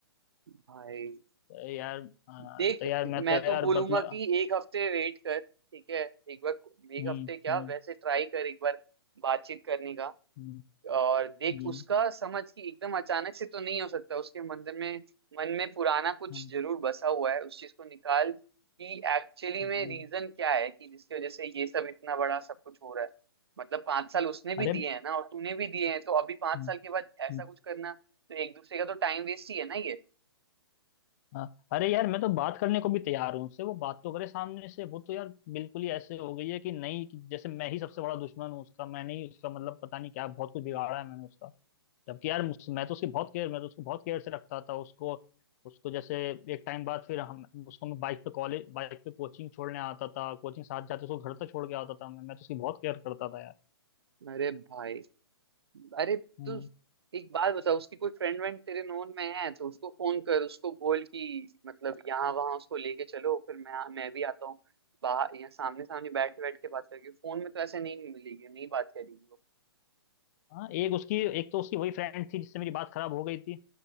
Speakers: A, on the right; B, on the left.
A: भाई
B: तो यार हाँ,
A: देख
B: तो यार मैं
A: मैं
B: तो
A: तो
B: यार
A: बोलूंगा
B: बदला
A: कि एक हफ्ते वेट कर ठीक है एक बार एक
B: हम्म
A: हफ्ते क्या
B: हम्म
A: वैसे ट्राई कर एक बार बातचीत करने का
B: हम्म
A: और देख
B: हम्म
A: उसका समझ कि एकदम अचानक से तो नहीं हो सकता उसके मंदिर में मन में पुराना कुछ
B: हम्म,
A: जरूर बसा हुआ है उस चीज को निकाल कि एक्चुअली
B: हम्म।
A: में रीजन क्या है कि जिसकी वजह से ये सब इतना बड़ा सब कुछ हो रहा है मतलब पांच साल उसने भी
B: अरे
A: दिए हैं ना और तूने भी दिए हैं तो अभी पांच
B: हम्म,
A: साल के बाद ऐसा
B: हम्म,
A: कुछ करना तो एक दूसरे का तो टाइम वेस्ट ही है ना ये
B: हाँ अरे यार मैं तो बात करने को भी तैयार हूँ उससे वो बात तो करे सामने से वो तो यार बिल्कुल ही ऐसे हो गई है कि नहीं कि जैसे मैं ही सबसे बड़ा दुश्मन हूँ उसका मैंने ही उसका मतलब पता नहीं क्या बहुत कुछ बिगाड़ा है मैंने उसका जबकि यार मुझ- मैं तो उसकी बहुत केयर मैं तो उसको बहुत केयर से रखता था उसको उसको जैसे एक टाइम बाद फिर हम उसको मैं बाइक पे कॉलेज बाइक पे कोचिंग छोड़ने आता था कोचिंग साथ जाते उसको घर तक छोड़ के आता था मैं मैं तो उसकी बहुत केयर करता था
A: अरे भाई अरे
B: यार
A: तू एक बात बता उसकी कोई फ्रेंड वेंड तेरे नोन में है तो उसको फोन कर उसको बोल कि मतलब यहाँ वहाँ उसको लेके चलो फिर मैं मैं भी आता हूँ बाहर यहाँ सामने सामने बैठ के बैठ के बात करेगी फोन में तो ऐसे नहीं मिलेगी नहीं बात करेगी
B: हाँ एक उसकी एक तो उसकी वही फ्रेंड थी जिससे मेरी बात खराब हो गई थी